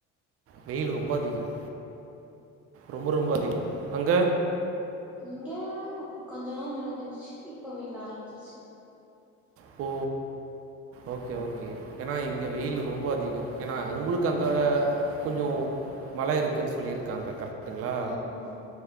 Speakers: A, on the right; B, in the centre.
A: வெயில் ரொம்ப அதிகம் ரொம்ப ரொம்ப அதிகம். அங்க?
B: இங்க கொஞ்ச நா மழ பெஞ்சிச்சு இப்ப வெயில் ஆரம்பிச்சிருச்சு
A: ஸோ ஓகே ஓகே ஏன்னா இங்க வெயில்
B: ம்
A: ரொம்ப அதிகம் ஏன்னா உங்களுக்கு அங்க கொஞ்சம் மழ இருக்குன்னு சொல்லியிருக்காங்க கரெட் டுங்களா
B: ஆமா